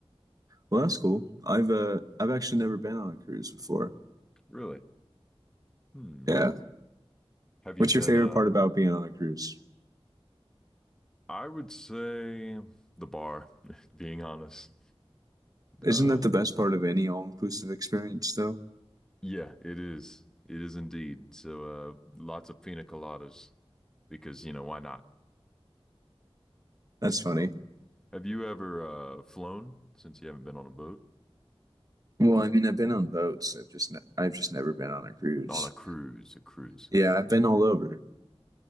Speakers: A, on the right; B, in the centre.
A: Well, that's cool. I've uh I've actually never been on a cruise before.
B: Really? Hmm.
A: Yeah,
B: Have you
A: What's
B: been?
A: your favorite
B: Uh,
A: part about being on a cruise?
B: I would say the bar. <laughs> Being honest.
A: Isn't
B: Uh,
A: that the best part of any all-inclusive experience, though?
B: yeah, it is. It is indeed. So uh, lots of pina coladas. because, you know, why not?
A: <laughs> That's funny.
B: So, have you ever uh flown since you haven't been on a boat?
A: Well, I mean, I've been on boats. I've just ne I've just never been on a cruise.
B: On a cruise, a cruise.
A: Yeah, I've been all over.